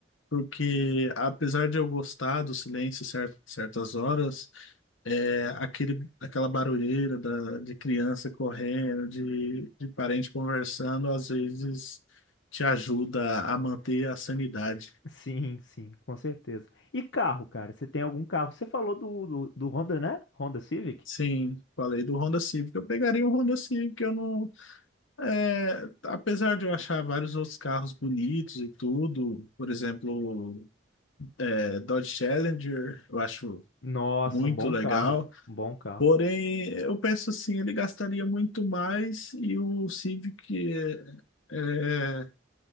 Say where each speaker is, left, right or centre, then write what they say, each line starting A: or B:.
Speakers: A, on the left; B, on the left.
A: porque apesar de eu gostar do silêncio cer- certas horas, é, aquele, aquela barulheira da, de criança correndo, de, de parente conversando, às vezes te ajuda a manter a sanidade.
B: Sim, sim, com certeza. E carro, cara? Você tem algum carro? Você falou do, do, do Honda, né? Honda Civic?
A: Sim, falei do Honda Civic. Eu pegaria o Honda Civic. Eu não, é, apesar de eu achar vários outros carros bonitos e tudo, por exemplo, é, Dodge Challenger, eu acho
B: Nossa,
A: muito
B: um bom
A: legal.
B: carro. Um bom carro.
A: Porém, eu penso assim, ele gastaria muito mais e o Civic é, é